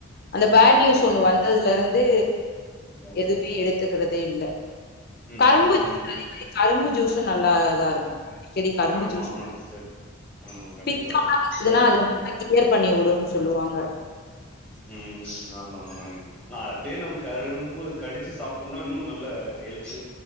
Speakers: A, on the left; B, in the centre.
A: அந்த பேட் நியூஸ் ஒண்ணு வந்ததுல இருந்து
B: ஓ
A: எதுவுமே எடுத்துக்கிறதே இல்லை
B: ம்
A: கரும்பு
B: ம்
A: ஜூஸ்
B: ம்
A: அதே மாதிரி கரும்பு ஜூஸும் நல்லா இருக்கும்
B: ம்
A: அடிக்கடி கரும்பு
B: ஆமா
A: ஜூஸ்
B: ஆமாங்க சிஸ்டர் ஆமா, கண்டிப்பா
A: பித்தம்லாம்
B: ஆனா
A: கிளியர் பண்ணி விடும்ன்னு சொல்லுவாங்க
B: உம் ஆமா ஆமாங்க நான் அப்படியே நம்ம கரும்ப கடிச்சு சாப்பிட்டோம்னா இன்னும் நல்ல ஹெல்து